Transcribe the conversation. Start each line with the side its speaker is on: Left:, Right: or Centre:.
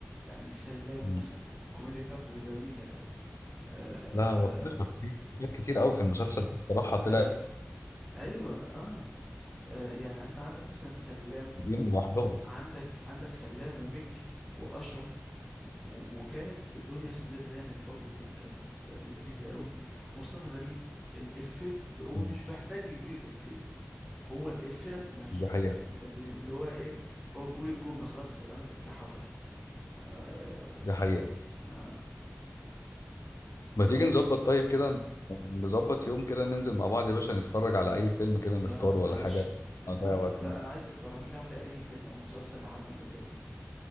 Centre: يعني سلام
Left: وتلاتة
Centre: مثلا الكوميديا بتاعته جميلة قوي آه...
Left: لا هو اختلف في حاجات كتير
Centre: آه... آه...
Left: قوي في المسلسل ده بصراحة طلع
Centre: أي- ايوه اه آه، يعني انت عندك مثلا سلام
Left: دين لوحدهم
Centre: عندك عندك سلام ومكي واشرف و- وكانت دنيا سمير غانم برضو كانت لذيذة قوي مصطفى غريب الإفيه ب- هو
Left: مم.
Centre: مش محتاج يقول الإفيه هو الإفيه راسم نفسه
Left: دي حقيقة
Centre: انت فاهم اللي هو ايه هو بيقول الجملة خلاص يا جدعان الإفيه حضر آه
Left: دي حقيقة
Centre: آه ف
Left: ما تيجي نظبط طيب كده نظبط يوم كده ننزل مع بعض يا باشا نتفرج على أي فيلم كده نختاره
Centre: يا عم
Left: ولا
Centre: قشط
Left: حاجة
Centre: المهم
Left: نضيع وقت
Centre: انت انا
Left: بيه
Centre: عايزك ترشح لي اي فيلم او مسلسل لحد ما نتقابل